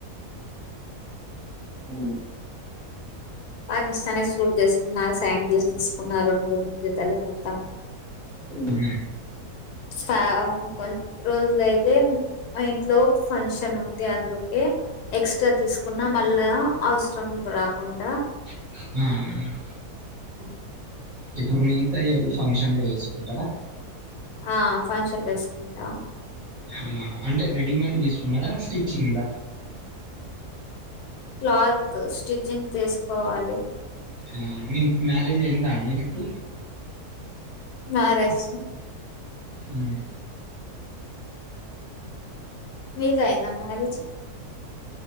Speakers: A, on the right; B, on the left.
A: మ్
B: పాకిస్తానీ సూట్ తీసుకున్న శాండిల్స్ తీసుకున్న రెండు రెండు జతాలు మొత్తం
A: ఉమ్
B: ఫ్యా కొన్. రోజులయితే మా ఇంట్లో ఫంక్షన్ ఉంది అందుకే. ఎక్స్ట్రా తీసుకున్నా మళ్ళా అవసరం రాకుండ.
A: ఉమ్.
B: ఆహ్.
A: ఇప్పుడు మిగతాయి అవి ఫంక్షన్ లో ఎసుకుంటారా.
B: ఆహ్ ఫంక్షన్లో వేసుకుంటాం.
A: ఉమ్ అంటే రెడీమేడ్ తీసుకున్నారా స్టిచ్చింగ్ దా.
B: క్లాత్ స్టిచ్చింగ్ తీసుకోవాలి.
A: ఉమ్ మీకు మ్యారేజ్ అయిందా అండి మీకు.
B: మ్యారేజ్.
A: ఉమ్.
B: మీకు అయిందా మ్యారేజ్.